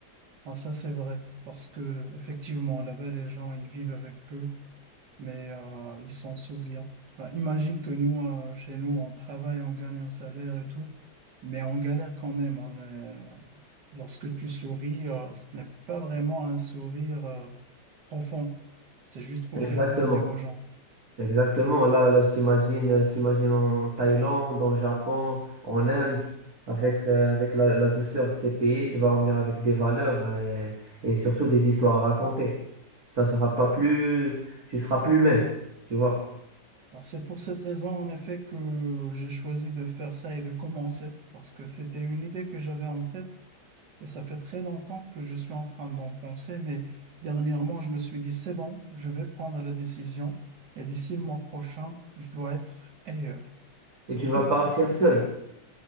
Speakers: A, on the right; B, on the right.
A: ah, ça c'est vrai. Parce que effectivement, là-bas, les gens, ils vivent avec peu. mais euh, ils s'en souviennent. Bah, imagine que nous, euh, chez nous, on travaille, on gagne un salaire et tout, mais on galère quand même. On est, euh, lorsque tu souris, euh, ce n'est pas vraiment un sourire euh, profond. C'est juste pour
B: Exactement.
A: faire plaisir aux gens.
B: Exactement. Là, là, je t'imagine, euh, t'imagines en Thaïlande, en Japon, en Inde, avec, euh, avec la, la douceur de ces pays, tu vas revenir avec des valeurs euh, et, surtout des histoires à raconter. Ça sera pas plus, tu seras plus le même, tu vois.
A: Bon, c'est pour cette raison, en effet, que j'ai choisi de faire ça et de commencer, parce que c'était une idée que j'avais en tête. Et ça fait très longtemps que je suis en train d'en penser, mais dernièrement, je me suis dit, c'est bon, je vais prendre la décision et d'ici le mois prochain, je dois être ailleurs. Surtout,
B: Et tu vas partir seul.